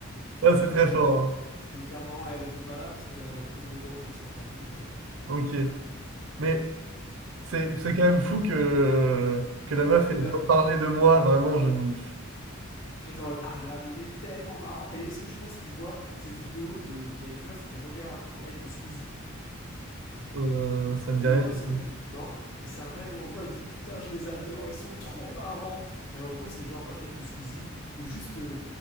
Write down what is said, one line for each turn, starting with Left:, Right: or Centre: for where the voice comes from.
Left: <laughs>
Right: Ah, c'est
Left: C'était
Right: très fort. hein.
Left: c'était hyper marrant. Elle était pas là parce qu'elle avait un cours de danse dans sa famille, apparemment.
Right: Ok, mais c'est
Left: Oui.
Right: c'est quand même fou que, que la meuf
Left: Bah, de
Right: ait
Left: l'air.
Right: pas parlé de moi, vraiment, je ne...
Left: J'étais en mode Ah là là, mais il est tellement marrant. Et est-ce que je sais pas si tu vois cette vidéo de. Il y a une meuf qui regarde un live de Squeezie Euh,
Right: euh, ça me
Left: tu
Right: dit rien
Left: le vois
Right: du
Left: ce
Right: tout.
Left: même Non Et c'est un même où en gros elle dit putain je les adore, ils sont trop marrants. Et en gros c'est genre un live de Squeezie où juste euh,